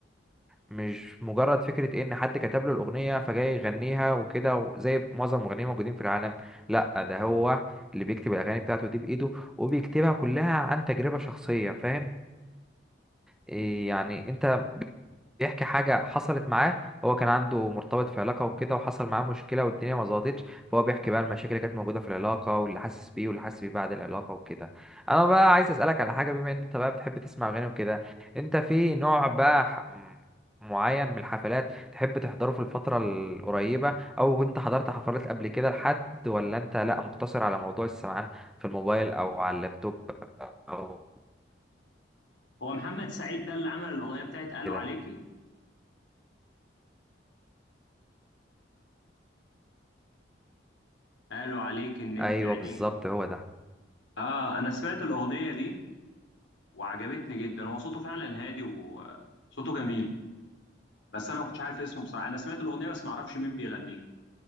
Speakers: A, in the centre; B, on the left.
A: مش مجرد فكره إيه ان حد كتب له الاغنيه فجاي يغنيها وكده و- زي معظم المغنيين الموجودين في العالم لا ده هو اللي بيكتب الاغاني بتاعته دي بايده وبيكتبها كلها عن تجربه شخصيه فاهم إيه يعني انت بيحكي حاجة حصلت معاه هو كان عنده مرتبط في علاقة وكده وحصل معاه مشكلة والدنيا ما ظبطتش فهو بيحكي بقى المشاكل اللي كانت موجودة في العلاقة واللي حاسس بيه واللي حاسس بيه بعد العلاقة وكده أنا بقى عايز أسألك على حاجة بما إن أنت بقى بتحب تسمع أغاني وكده أنت في نوع بقى ح- معين من الحفلات تحب تحضره في الفترة القريبة أو أنت حضرت حفلات قبل كده لحد ولا أنت لأ مقتصر على موضوع السمعان في الموبايل أو على اللابتوب أو
B: هو محمد سعيد ده اللي عمل الاغنيه بتاعت قالوا
A: كده
B: عليكي قالوا عليكي ان انت
A: أيوه
B: عينيكي
A: بالظبط هو ده
B: اه انا سمعت الاغنيه دي وعجبتني جدا هو صوته فعلا هادي وصوته جميل بس انا ما كنتش عارف اسمه بصراحه انا سمعت الاغنيه بس ما اعرفش مين بيغنيها